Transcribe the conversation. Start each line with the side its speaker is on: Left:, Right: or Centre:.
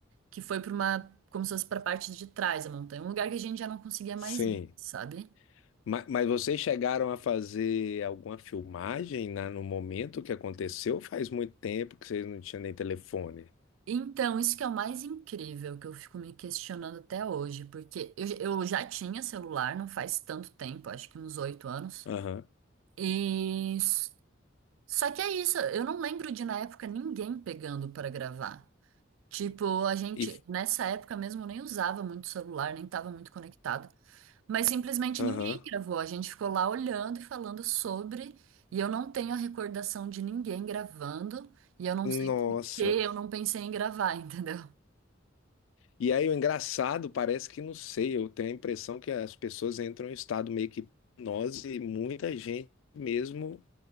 Right: que foi para uma, como se fosse para a parte de trás da montanha, um lugar que a gente já não conseguia
Left: sim.
Right: mais ir, sabe?
Left: Mas, mas vocês chegaram a fazer alguma filmagem na, no momento que aconteceu? Faz muito tempo que vocês não tinham nem telefone.
Right: Então, isso que é o mais incrível, que eu fico me questionando até hoje, porque eu, já- eu já tinha celular, não faz tanto tempo, acho que uns oito anos.
Left: Aham.
Right: E Só que é isso, eu não lembro de na época ninguém pegando para gravar. Tipo, a gente
Left: E, f-
Right: nessa época mesmo nem usava muito celular, nem estava muito conectado, mas simplesmente
Left: aham.
Right: ninguém gravou. A gente ficou lá olhando e falando sobre, e eu não tenho a recordação de ninguém gravando, e eu não sei
Left: Nossa.
Right: por que eu não pensei em gravar, <laughs> entendeu?
Left: E aí o engraçado, parece que não sei, eu tenho a impressão que as pessoas entram em estado meio que hipnose e muita gente mesmo